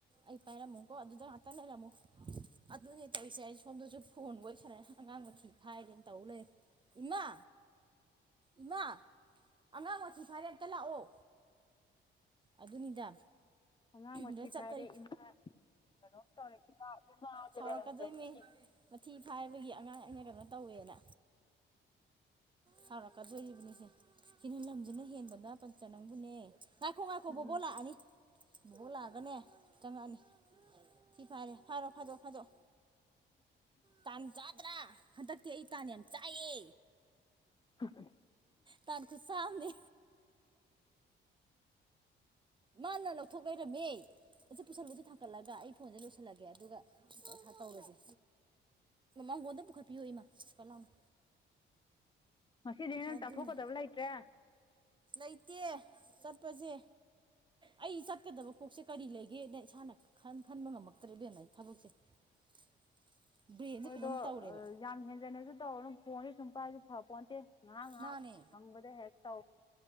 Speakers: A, on the right (about 25°); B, on the left (about 25°).
A: ꯑꯩ ꯄꯥꯏꯔꯝꯃꯨꯀꯣ ꯑꯗꯨꯗ ꯉꯥꯛꯇ ꯂꯩꯔꯝꯃꯣ ꯑꯗꯨꯅꯦ ꯇꯧꯔꯤꯁꯦ ꯑꯩ ꯁꯣꯝꯗꯁꯨ ꯐꯣꯟ ꯋꯥꯔꯤ ꯁꯅꯔꯦ ꯑꯉꯥꯡ ꯃꯊꯤ ꯐꯥꯏꯔꯦꯅ ꯇꯧ ꯂꯩꯔꯦ꯫ ꯏꯃꯥ ꯏꯃꯥ ꯑꯉꯥꯡ ꯃꯊ ꯐꯔꯦ ꯑꯝꯇ ꯂꯥꯛꯑꯣ ꯑꯗꯨꯅꯤꯗ꯫
B: ꯑꯉꯥꯡ ꯃꯊꯤ
A: ꯂꯣꯏ ꯆꯠꯇꯣꯏ
B: ꯐꯥꯏꯔꯦ ꯏꯃꯥ ꯀꯩꯅꯣꯝ ꯇꯧꯔꯦ ꯏꯃꯥ ꯏꯃꯥ ꯍꯥꯏꯖꯦ
A: ꯁꯥꯎꯔꯛꯀꯗꯣꯏꯃꯤ
B: ꯂꯩꯔꯝꯗ꯭ꯔꯗꯤ꯫
A: ꯃꯊꯤ ꯐꯥꯏꯕꯒꯤ ꯑꯉꯥꯡ ꯑꯩꯅ ꯀꯩꯅꯣ ꯇꯧꯋꯦꯅ꯫ ꯁꯥꯎꯔꯛꯀꯗꯣꯔꯤꯕꯅꯤꯁꯦ ꯁꯤꯅ ꯂꯝꯁꯤꯅ ꯍꯦꯟꯕꯗ ꯄꯟꯆꯥ ꯅꯪꯕꯨꯅꯦ ꯉꯥꯏꯈꯣ ꯉꯥꯏꯈꯣ
B: ꯎꯝ
A: ꯕꯣꯕꯣꯛ ꯂꯥꯛꯑꯅꯤ꯫ ꯕꯨꯕꯣꯛ ꯂꯥꯛꯑꯒ ꯅꯦ ꯆꯪꯉꯛꯑꯅꯤ ꯊꯤ ꯐꯥꯏꯔꯦ ꯐꯥꯏꯔꯣ ꯐꯥꯏꯗꯣꯛꯑꯣ ꯐꯥꯏꯗꯣꯛꯑꯣ꯫ ꯇꯥꯟ ꯆꯥꯗ꯭ꯔꯥ ꯍꯟꯗꯛꯇꯤ ꯑꯩ ꯇꯥꯟ ꯌꯥꯝ ꯆꯥꯏꯌꯦ꯫
B: <unintelligible>
A: ꯇꯥꯟꯈꯨꯆꯥ ꯑꯝꯅꯤ꯫ ꯃꯥꯅ ꯂꯧꯊꯣꯛ ꯂꯩꯔꯝꯃꯦ꯫ ꯑꯩꯁꯦ ꯄꯨꯁꯜꯂꯨꯁꯦ ꯊꯥꯡꯀꯠꯂꯒ ꯑꯩ ꯐꯣꯟꯁꯦ ꯂꯣꯏꯁꯤꯜꯂꯒꯦ ꯑꯗꯨꯒ ꯇꯧꯔꯁꯦ ꯃꯥꯡꯒꯣꯟꯗ ꯄꯨꯈꯠꯄꯤꯌꯣ ꯏꯃꯥ ꯐꯠ ꯂꯥꯑꯣꯅ꯫
B: ꯉꯁꯤꯗꯤ ꯑꯩꯅ
A: ꯑꯗꯨꯅꯦ
B: ꯆꯥꯊꯣꯛꯀꯗꯕ ꯂꯩꯇ꯭ꯔꯦ꯫
A: ꯂꯩꯇꯦ ꯆꯠꯄꯖꯦ꯫ ꯑꯩ ꯆꯠꯀꯗꯕ ꯀꯣꯛꯁꯦ ꯀꯔꯤ ꯂꯩꯒꯦꯅ ꯅ ꯏꯁꯥꯅ ꯈꯟ ꯈꯟꯕ ꯉꯝꯃꯛꯇ꯭ꯔꯦ ꯏꯕꯦꯝ ꯑꯩ ꯊꯕꯛꯁꯦ꯫ <inaudible>
B: ꯍꯣꯏꯗꯣ
A: ꯀꯩꯅꯣꯝ ꯇꯧꯔꯦꯕ
B: ꯌꯥꯝ ꯍꯦꯟꯖꯟꯅꯁꯨ ꯇꯧꯔ ꯑꯗꯨꯝ ꯐꯣꯟꯁꯦ ꯁꯨꯡ ꯀꯥꯏꯁꯨ ꯐꯄꯣꯟꯠꯇꯦ ꯉꯥꯍꯛ ꯉꯥꯍꯛ
A: ꯃꯥꯅꯦ
B: ꯐꯪꯕꯗ ꯍꯦꯛ ꯇꯧ